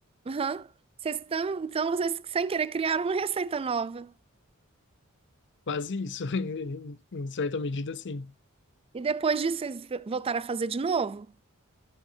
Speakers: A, on the right; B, on the left.
A: aham. Vocês estão, então vocês sem querer criaram uma receita nova.
B: Quase isso, <laughs> em em certa medida, sim.
A: E depois disso vocês voltaram a fazer de novo?